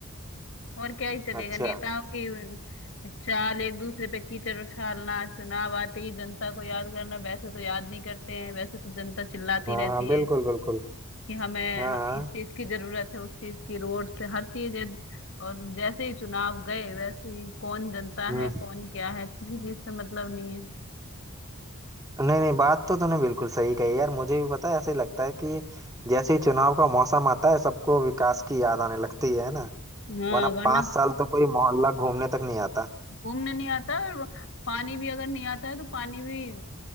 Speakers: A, on the left; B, on the right.
A: और क्या ही चलेगा
B: अच्छा
A: नेताओं की चाल एक दूसरे पे कीचड़ उछालना चुनाव आते ही जनता को याद करना वैसे तो याद नहीं करते हैं वैसे तो जनता चिल्लाती
B: हाँ
A: रहती
B: हाँ बिल्कुल
A: है
B: बिल्कुल
A: कि हमें
B: हाँ हाँ
A: इस चीज की जरूरत है उस चीज की रोड से हर चीज है। और जैसे ही चुनाव गए वैसे ही कौन जनता
B: हम्म
A: है कौन क्या है किसी चीज से मतलब नहीं है
B: नहीं नहीं बात तो तूने बिल्कुल सही कही यार मुझे भी पता है ऐसे ही लगता है कि जैसे ही चुनाव का मौसम आता है सबको विकास की याद आने लगती है ना
A: हाँ
B: वरना
A: वरना
B: पांच साल तो कोई मोहल्ला घूमने तक नहीं आता
A: घूमने नहीं आता और पानी भी अगर नहीं आता है तो पानी भी